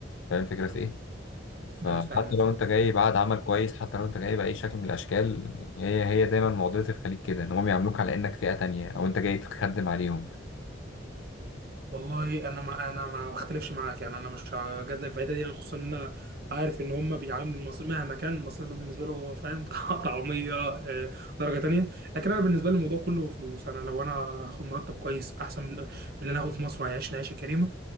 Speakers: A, on the left; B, on the right.
A: فاهم الفكره في ايه فحتى
B: انا فاهم الفكره
A: لو انت
B: دي
A: جاي بعد عمل كويس حتى لو انت جاي باي شكل من الاشكال يعني هي هي دايما معضله الخليج كده ان هم بيعاملوك على انك فئه تانية او انت جاي تخدم عليهم
B: والله انا ما انا ما بختلفش معاك يعني انا مش هجادلك في الحته دي يعني خصوصا ان انا عارف ان هم بيعاملوا المصري مهما كان المصري بالنسبه له فاهم <laughs> طعميه آه، درجه تانيه لكن انا بالنسبه لي الموضوع كله فلوس انا لو انا هاخد مرتب كويس احسن من من اللي انا هاخده في مصر وهيعيشني عيشه كريمه